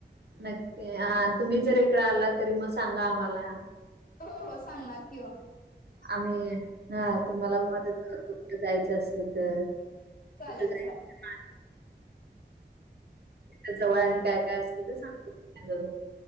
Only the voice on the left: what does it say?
हो हो सांगणार की हो
चालेल
चालेल